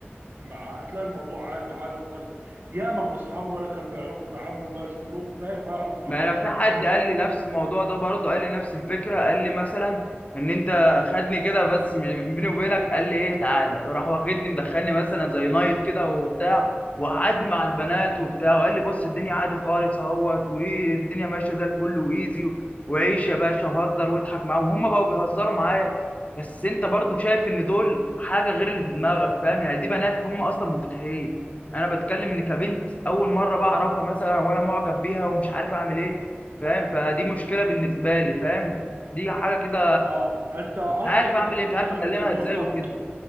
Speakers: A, on the right (about 55°); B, on the left (about 35°).
A: معاها هتلاقي الموضوع عادي عادي خالص ياما من اصحابي ولا كانوا بيعرفوا يتعاملوا بقى شغلهم فاهم ما يعرفوا يتعاملوا
B: ما انا
A: مع
B: في
A: بنات
B: حد
A: وبقى
B: قال
A: شغلهم
B: لي نفس
A: كله
B: الموضوع ده برضه قال لي نفس الفكره قال لي مثلا ان انت خدني كده بس من- بيني وبينك قال لي ايه تعالى راح واخدني مدخلني مثلا زي نايت كده وبتاع وقعدني مع البنات وبتاع وقال لي بص الدنيا عادي خالص اهوت وايه الدنيا ماشيه زي الفل وايزي وعيش يا باشا وهزر واضحك معاهم هم بقوا بيهزروا معايا بس انت برضه شايف ان دول حاجه غير اللي في دماغك فاهم يعني دي بنات هم اصلا منفتحين انا بتكلم ان كبنت اول مره بعرفها مثلا وانا معجب بيها ومش عارف اعمل ايه فاهم فدي مشكله بالنسبه لي فاهم دي حاجه كده
A: اه انت قصدك
B: مش عارف اعمل
A: انت بتتكلم
B: ايه مش عارف اكلمها
A: في النقطة
B: ازاي وكده